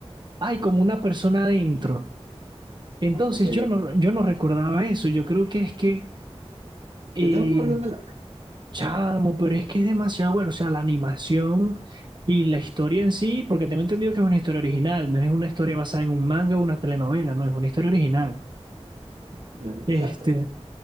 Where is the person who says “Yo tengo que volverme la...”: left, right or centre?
Right